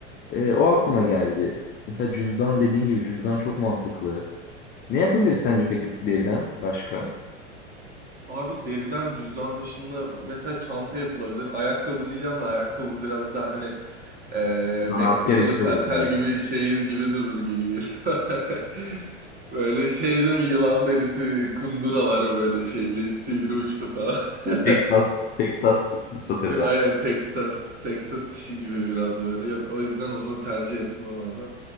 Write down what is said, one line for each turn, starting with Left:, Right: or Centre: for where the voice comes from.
Left: E, o aklıma
Right: Hı hı.
Left: geldi. Mesela cüzdan dediğin gibi cüzdan çok mantıklı. Ne yapabiliriz sence peki deriden başka?
Right: Abi deriden cüzdan dışında mesela çanta yapılabilir. Ayakkabı diyeceğim de ayakkabı biraz daha hani eee,
Left: Zanaatkar
Right: Meksikalı
Left: işi
Right: kartel
Left: olur galiba.
Right: gibi şey gibi durur gibi geliyor. <laughs> Böyle şey değil mi? Yılan derisi kunduralar böyle şeyli sivri uçlu falan. <laughs>
Left: Texas, Texas satarız
Right: Ya, Aynen Texas, Texas işi gibi biraz böyle. Yok o yüzden onu tercih etmem abi.